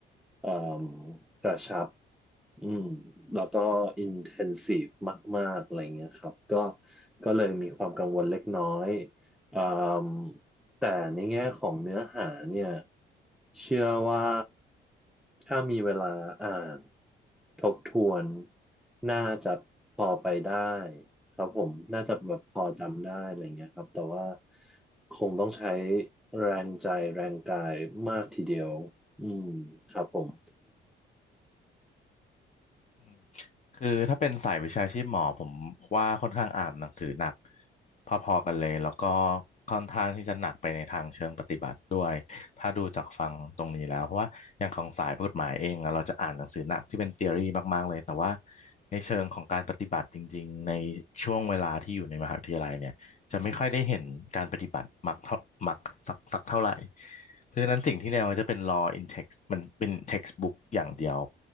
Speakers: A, in the centre; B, on the left.
A: เอ่มกระชับ อืมแล้วก็อินเทนซีฟมากๆอะไรเงี้ยครับก็ก็เลยมีความกังวลเล็กน้อยอ่ามแต่ในแง่ของเนื้อหาเนี่ยเชื่อว่าถ้ามีเวลาอ่านทบทวนน่าจะพอไปได้ครับผมน่าจะแบบพอจำได้อะไรเงี้ยครับแต่ว่าคงต้องใช้แรงใจแรงกายมากทีเดียวอืมครับผม
B: อืมคือถ้าเป็นสายวิชาชีพหมอผมว่าค่อนข้างอ่านหนังสือหนักพอๆกันเลยแล้วก็ค่อนข้างที่จะหนักไปในทางเชิงปฏิบัติด้วยถ้าดูจากฟังตรงนี้แล้วเพราะว่าอย่างของสายกฎหมายเองอะเราจะอ่านหนังสือหนักที่เป็น t h e o รีมากๆเลยแต่ว่าในเชิงของการปฏิบัติจริงๆในช่วงเวลาที่อยู่ในมหาวิทยาลัยเนี่ยจะไม่ค่อยได้เห็นการปฏิบัติมักเท่ามักสักสักเท่าไหร่ เพราะฉะนั้นสิ่งที่เรียนมันจะเป็น law in text มันเป็น textbook อย่างเดียว